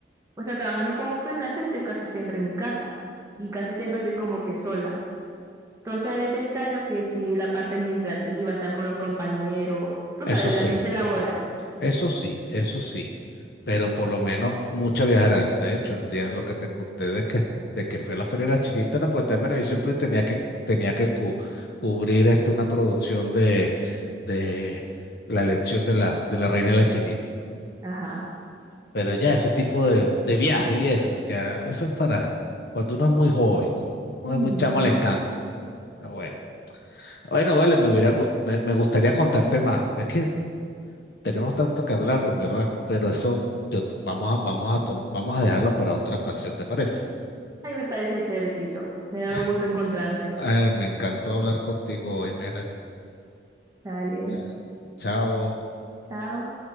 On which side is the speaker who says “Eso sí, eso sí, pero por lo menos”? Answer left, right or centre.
Left